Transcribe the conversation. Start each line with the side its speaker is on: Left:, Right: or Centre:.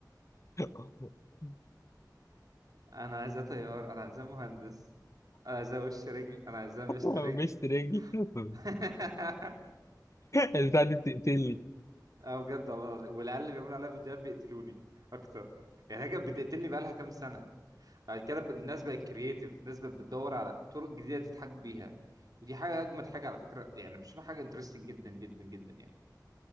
Left: <laughs>
Right: انا عايزاه طيار انا عايزاه مهندس انا عايزاه وش رجل انا عايزاه مشط
Left: هو
Right: رجل
Left: مش ترينجي <laughs>
Right: <laughs>
Left: البتاع دي بتقتلني
Right: اه بجد والله العظيم والعيال اللي بيعملوا عليها فيديوهات بيقتلوني اكتر يعني هي كانت بتقتلني بقالها كام سنه بعد كده ب- الناس بقت كرييتيف الناس بقت بتدور على طرق جديده تضحك بيها ودي حاجه اجمد حاجه على فكره يعني بشوفها حاجه انترستنج جدا جدا جدا يعني